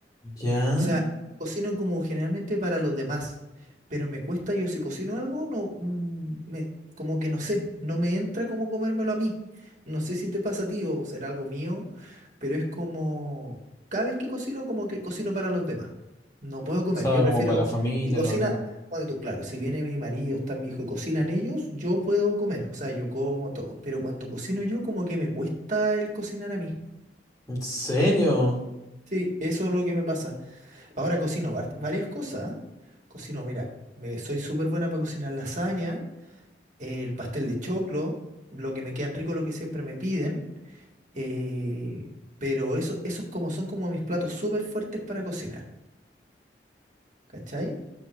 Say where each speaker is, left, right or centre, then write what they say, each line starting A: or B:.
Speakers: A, on the left (about 20°); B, on the right (about 45°).
A: Ya,
B: O sea, cocino como generalmente para los demás, pero me cuesta yo si cocino algo, no, mm, me, como que no sé, no me entra como comérmelo a mí. No sé si te pasa a ti o será algo mío, pero es como, cada vez que cocino, como que cocino para los demás. No puedo
A: o
B: comer,
A: sea,
B: yo prefiero,
A: como para la familia,
B: y cocina,
A: los amigos.
B: bueno, tú, claro, si viene mi marido, está mi hijo y cocinan ellos, yo puedo comer, o sea, yo como todo, pero cuando cocino yo, como que me cuesta el cocinar a mí.
A: ¿En serio?
B: Sí, eso es lo que me pasa. Ahora cocino var- varias cosas. Cocino, mira, me, soy súper buena para cocinar lasaña, el pastel de choclo, lo que me quedan rico, lo que siempre me piden. eh, pero eso, esos como son como mis platos súper fuertes para cocinar. ¿Cachai?